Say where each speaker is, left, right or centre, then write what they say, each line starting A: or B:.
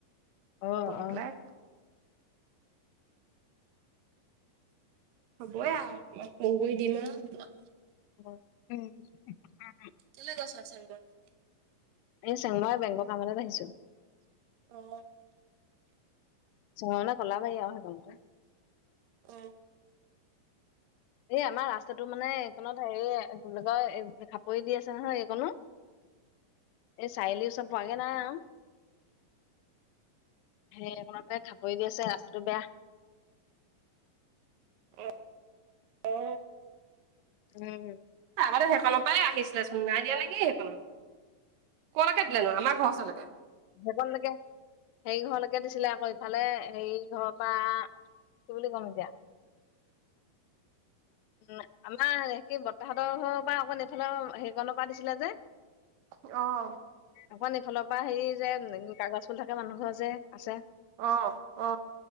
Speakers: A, on the left; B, on the right.
A: অ
B: বহি
A: অ
B: পেলাই হবই আও ফোন কৰি দিম আও হৈ যায়
A: <unintelligible>
B: কেলে গৈছ আছে ৰুমৰ <unintelligible>
A: এই চেংবাৰ বেংকৰ কাম এটাত আহিছোঁ
B: অ
A: চহঙা কলাবাৰী আও সেই খনতে
B: এ
A: এই আমাৰ ৰাস্তাটো মানে এইকণত হেৰিয়ে কি বুলি কয় খাপৰি দি আছে নহয় এইকনো এই চাৰিআলি ওপৰত পোৱাগে নাই আও সেই এইকনতে খাপৰি দি আছে ৰাস্তাটো বেয়া
B: অ অ
A: উম
B: আগতে সেইখনৰ পৰাই আহিছিলে চোন নাই দিয়া নেকি সেইখনত ক লেকে দিলে নো আমাৰ ঘৰ ওচ লৈকে
A: সেইকন লেকে সেই ঘৰলৈকে দিছিলে আকৌ ইফালে সেই ঘৰৰ পৰা কি বুলি ক'ম এতিয়া উ আমাৰ সে কি বৰতাহতৰ পৰা অকণ এইফালে হেৰিকনৰ পৰা দিছিলে যে
B: অ
A: অকণমান ইফালৰ পৰা হেৰি যে কাগজ ফুল থাকে মানুহ ঘৰ যে আছে
B: অ অ